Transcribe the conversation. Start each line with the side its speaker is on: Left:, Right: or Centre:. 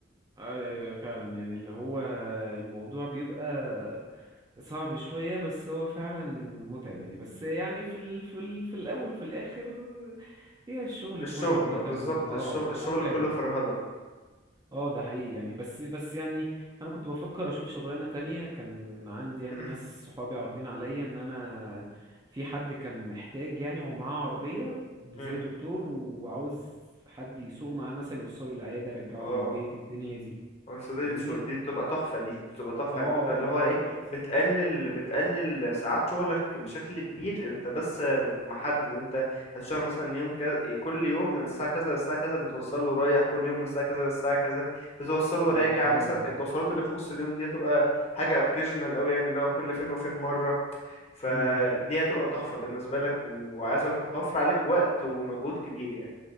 Right: ايوه ايوه أيوة، فعلا يعني اللي هو الموضوع بيبقى صعب شوية بس هو فعلا متعب يعني بس يعني في ال... في ال... في الأول وفي الآخر هي الشغل
Left: الشغل
Right: كله عامة
Left: بالظبط
Right: م... اه
Left: الشغل الشغل
Right: متعب
Left: كله فرهدة
Right: اه ده حقيقي يعني بس بس يعني أنا كنت بفكر أشوف شغلانة تانية كان عندي
Left: <laughs>
Right: يعني ناس صحابي عارضين عليا إن أنا في حد كان محتاج يعني هو معاه عربية
Left: <clears throat> مم.
Right: زي دكتور وعاوز حد يسوق معاه مثلا يوصله العيادة يرجعه
Left: اه
Right: للبيت الدنيا دي
Left: بس دي
Right: فاهمني؟
Left: شو... دي بتبقى تحفة دي دي بتبقى تحفة
Right: اه
Left: يعني انت اللي هو
Right: اه
Left: ايه
Right: بس
Left: بتقلل بتقلل ساعات شغلك بشكل كبير انت بس محدد انت هتشتغل مثلا يوم كذا كل يوم من الساعة كذا للساعة كذا بتوصله رايح كل يوم من الساعة كذا للساعة كذا بتوصله
Right: اه
Left: راجع
Right: ده حقيقي
Left: مثلا التوصيلات اللي في نص اليوم دي هتبقى حاجة اوكيجنال قوي يعني اللي هو كل فين وفين مرة فدي
Right: مم، مم.
Left: هتبقى تحفة بالنسبة لك وعايز اقولك هتوفر عليك وقت ومجهود كبير يعني